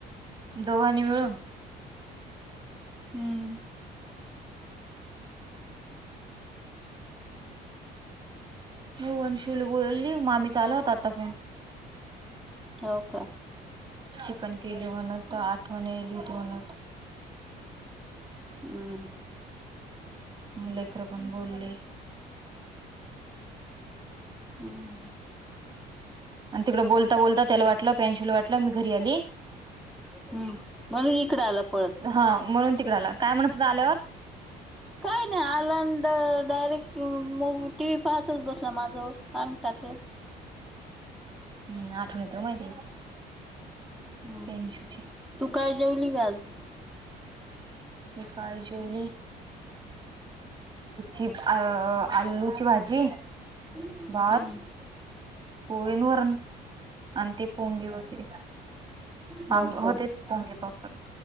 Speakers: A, on the right; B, in the centre.
A: दोघांनी मिळून?
B: हम्म.
A: शीव, वनशुली बोलली मामीचा आला होता आता फोन.
B: हो का.
A: चिकन केल म्हणत होत आठवण यायली होती म्हणत
B: हम्म.
A: मु लेकर पण बोलले.
B: हम्म
A: आणि तिकडं बोलता बोलता त्याला वाटलं प्रियाशु ला वाटलं मी घरी आली.
B: हम्म म्हणून इकडे आला पळत.
A: हा म्हणून तिकड काय म्हणत होता आल्यावर.
B: काय नाही आलांन डायरेक्ट मो टी व्ही पाहतच बसला माझं जवळ आंग टाकीत.
A: हम् आठवण येत मायतीची.
B: हम्म
A: प्रीयानशूची.
B: तू काय जेवली का आज.
A: मी काय जेवली. ही या अ आलूची भाजी.
B: हम्म
A: भात पोळी आणि वरण आणि ते पोंगे वगैरे
B: होव
A: पांग
B: हो
A: होतेच
B: का
A: पोंगे पापड